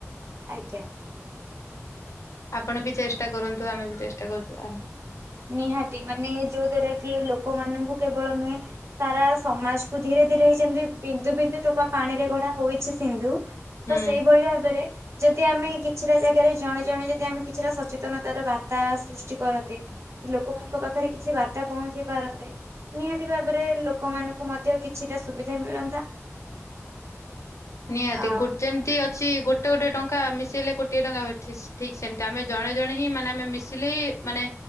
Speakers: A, on the right; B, on the left.
A: ଆଜ୍ଞା।
B: ଆପଣ ବି ଚେଷ୍ଟା କରନ୍ତୁ ଆମେ ବି ଚେଷ୍ଟା କରୁଛୁ ଆ
A: ନିହାତି ମାନେ ଯୋଉ ଦ୍ଵାରା କି ଲୋକମାନଙ୍କୁ କେବଳ ନୁହେଁ ଦ୍ୱାରା ସମାଜକୁ ଧୀରେ ଧୀରେ ଯେମିତି ବିନ୍ଦୁ ବିନ୍ଦୁ ଟୋପା ପାଣିରେ ଗଢ଼ା ହୋଇଛି ସିନ୍ଧୁ ତ
B: ହୁଁ
A: ସେଇଭଳି ଭାବରେ ଯଦି ଆମେ କିଛିଟା ଜାଗାରେ ଜଣେ ଜଣେ ଯଦି ଆମେ କିଛିଟା ସଚେତନତାର ବାର୍ତ୍ତା ସୃଷ୍ଟି କରନ୍ତି। କି ଲୋକମାନଙ୍କ ପାଖରେ କିଛି ବାର୍ତ୍ତା ପହଞ୍ଚି ପାରନ୍ତେ। ନିହାତି ଭାବରେ ଲୋକମାନଙ୍କୁ ମଧ୍ୟ କିଛିଟା ସୁବିଧା ମିଳନ୍ତା।
B: ନିହାତି
A: ଆ
B: ଯେମିତି ଅଛି ଗୋଟେ ଗୋଟେ ଟଙ୍କା ମିଶେଇଲେ କୋଟିଏ ଟଙ୍କା ଠିକ ସେମତି ଆମେ ଜଣେ ଜଣେ ହିଁ ମାନେ ଆମେ ମିଶିଲେ ହିଁ ମାନେ